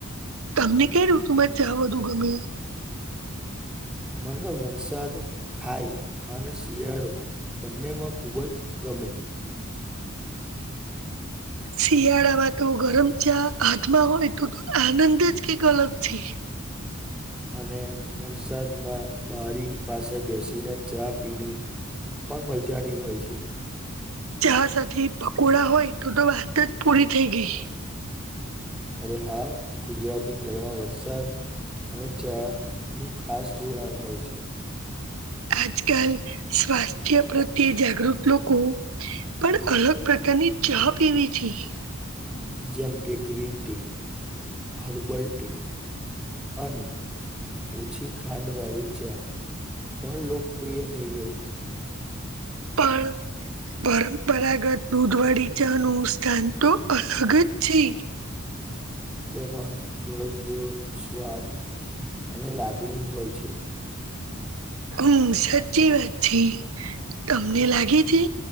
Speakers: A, on the right; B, in the centre.
A: તમને કઈ ઋતુમાં ચા વધુ ગમે?
B: મને તો વરસાદ થાય. અને શિયાળો બંનેમાં ખુબ જ ગમે.
A: શિયાળામાં તો ગરમ ચા હાથમાં હોય તો આનંદ જ કંઈક અલગ છે.
B: અને વરસાદમાં બારી પાસે બેસીને ચા પીની. પણ મજાની હોય છે.
A: ચા સાથે પકોડા હોય તો તો વાત જ પૂરી થઈ ગઈ.
B: અરે હા ગુજરાતી ઘરમાં વરસાદ અને ચા નું ખાસ જોડાણ હોય છે.
A: આજ કાલ સ્વાસ્થ્ય પ્રત્યે જાગૃત લોકો પણ અલગ પ્રકારની ચા પીવી જોઈએ.
B: જેમ કે ગ્રીન ટી, હર્બલ ટી અને ઓછી ખાંડ વાળી ચા પણ લોકપ્રિય થઈ ગઈ છે.
A: પણ પરંપરાગત દૂધ વાળી ચા નું સ્થાન તો અલગ જ છે.
B: તેમાં ઘર જેઓ સ્વાદ અને લાગણી હોય છે.
A: હમ્મ સાચી વાત છે. તમને લાગે છે